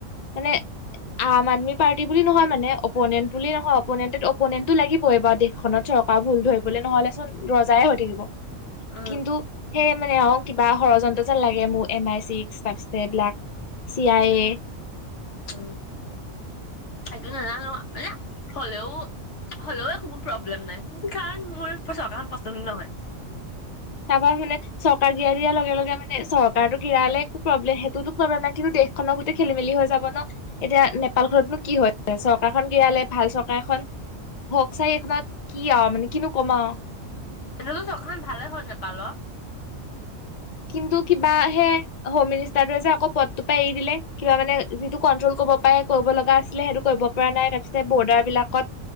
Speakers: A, on the left (about 50°); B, on the left (about 65°).
A: মানে আম আদমি পাৰ্টি বুলি নহয় মানে অপনেন্ট বুলি নহয় অপনেণ্ট অপনেন্টো লাগিব এইবাৰ দেশখনত চৰকাৰ ভুল ধৰিবলে নহলে চোন ৰজায় হৈ থাকিব
B: উম
A: কিন্তু সেই মানে আৰু কিবা ষড়যন্ত্ৰ যেন লাগে মোৰ এম আই চিক এইবিলাক চিয়ায়ে
B: উম তাইতো নাজানো মানে হ'লেও হ'লেও কোনো প্ৰব্লেম নাই মোৰ কাৰণ মোৰচ পচন্দ হয়
A: তাৰপা মানে চৰকাৰ গিৰা দিয়াৰ লগে লগে মানে চৰকাৰো গিৰালে একো প্ৰব্লেম সেইটোতো প্ৰব্লেম নাই কিন্তু দেশখননৰ গোটেই খেলি মেলি হৈ যাব ন এতিয়া নেপালখনতনো কি হয় চৰকাৰখন গিৰালে ভাল চৰকাৰখন হওক চাই এইখনত কি আৰু মানে কিনো কমাও
B: সো চখন ভালে হয় নেপাল
A: কিন্তু কিবা হে হোম মিনিষ্টাৰটোৱে যে আকৌ পদটো পৰা এৰি দিলে কিবা মানে যিটো কন্ট্ৰল কৰিব পাৰে কৰিব লগা আছিলে সেইটো কৰিব পৰা নাই তাৰপিছতে বৰ্ডাৰ বিলাকত